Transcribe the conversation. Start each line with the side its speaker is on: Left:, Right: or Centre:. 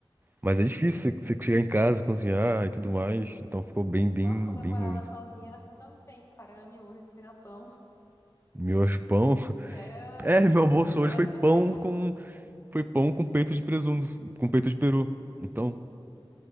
Right: Mas é difícil você, você chegar em casa, cozinhar e tudo mais, então ficou bem, bem,
Left: Nossa, quando
Right: bem
Left: eu morava
Right: ruim.
Left: sozinha era assim também, cara. Era era pão.
Right: Miojo pão
Left: Era,
Right: É, meu almoço
Left: era
Right: hoje foi
Left: isso
Right: pão
Left: mesmo.
Right: com foi pão com peito de presunto, com peito de peru. Então,